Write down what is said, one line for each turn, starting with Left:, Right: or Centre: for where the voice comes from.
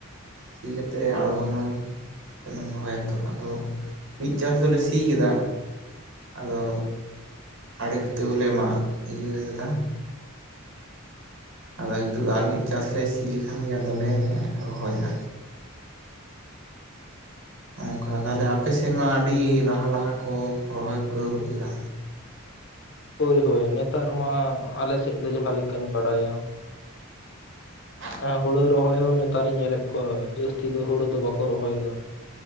Right: ᱥᱤ ᱠᱟᱛᱮᱫ ᱟᱬᱜᱚᱢᱟᱢ᱾ ᱨᱚᱦᱚᱭᱟ ᱛᱚ ᱟᱫᱚ ᱢᱤᱫ ᱪᱟᱥ ᱫᱚᱞᱮ ᱥᱤ ᱠᱮᱫᱟ, ᱟᱫᱚ ᱟᱲᱮ ᱵᱷᱤᱛᱟᱹ ᱦᱚᱞᱮ ᱢᱟᱜ ᱤᱭᱟᱹ ᱠᱟᱫᱟ᱾ ᱟᱫᱚ ᱦᱤᱛᱚᱜ ᱫᱚ ᱟᱨ ᱢᱤᱫ ᱪᱟᱥ ᱞᱮ ᱥᱤ ᱞᱮᱠᱷᱟᱱ ᱜᱮ ᱟᱫᱚᱞᱮ ᱨᱚᱦᱚᱭᱟ᱾ ᱚᱱᱠᱟ ᱛᱟᱦᱚᱞᱮ ᱟᱯᱮᱥᱮᱫ ᱢᱟ ᱟᱹᱰᱤ ᱞᱟᱦᱟ ᱞᱟᱦᱟ ᱠᱚ ᱨᱚᱦᱚᱭ ᱯᱩᱨᱟᱹᱣ ᱜᱚᱫ ᱠᱮᱫᱟ,
Left: ᱦᱳᱭ ᱦᱳᱭ ᱱᱮᱛᱟᱨ ᱢᱟ ᱟᱞᱮ ᱥᱮᱫ ᱫᱚ ᱡᱟᱦᱟᱸ ᱞᱮᱠᱟᱧ ᱵᱟᱰᱟᱭᱟ,
Right: <inaudible>
Left: ᱮᱸ ᱦᱩᱲᱩ ᱨᱚᱦᱚᱭ ᱦᱚᱸ ᱱᱮᱛᱟᱨᱤᱧ ᱧᱮᱞᱮᱫ ᱠᱚᱣᱟ ᱡᱟᱹᱥᱛᱤ ᱫᱚ ᱦᱩᱲᱩ ᱫᱚ ᱵᱟᱠᱚ ᱨᱚᱦᱚᱭᱮᱫᱟ᱾